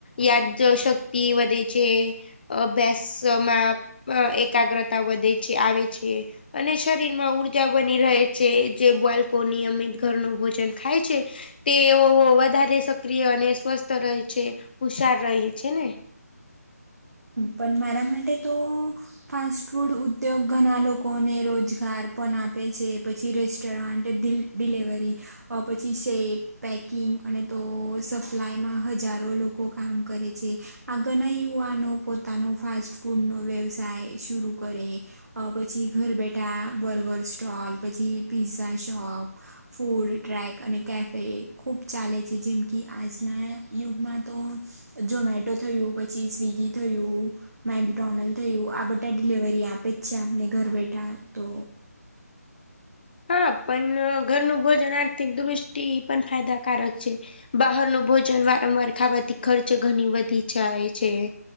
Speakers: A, on the left (about 35°); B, on the right (about 75°).
A: યાદશક્તિ વઘે છે અભ્યાસમાં પ એકાગ્રતા વધે છે આવે છે અને શરીર માં ઉર્જા બની રહે છે જે બાલ કો નિયમિત ઘરનું ભોજન ખાય છે તેઓ વધારે સક્રિય અને સ્વસ્થ રહે છે હુશાર રહે છે ને
B: પન મારા માટે તો ફાસ્ટફૂડ ઉદ્યોગ ઘણા લોકોને રોજગાર પણ આપે છે પછી રેસ્ટોરન્ટ દિલ ડીલેવરી અ પછી સેપ પેકિંગ અને તો સપ્લાયમાં હજારો લોકો કામ કરે છે આગળના યુવાનો પોતાનો ફાસ્ટ ફૂડનો વ્યવસાય શરૂ કરે અ પછી ઘર બેઠા બર્ગર સ્ટોલ પછી પીઝઝા શોપ ફૂડ ટ્રેક અને કેફે ખૂબ ચાલે છે જેમ કે આજના યુગમાં તો ઝોમેટો થયું પછી સ્વિગી થયું મેગડોનલ્ડ થયું આ બધું ટે ડિલિવરી આપે જ છે આપને ઘર બેઠા તો
A: હા પન ઘરનું ભોજન આર્થિક દૃષ્ટિ એ પણ ફાયદાકારક છે બહારનું ભોજન વારંવાર ખાવાથી ખર્ચ ઘની વધી જાય છે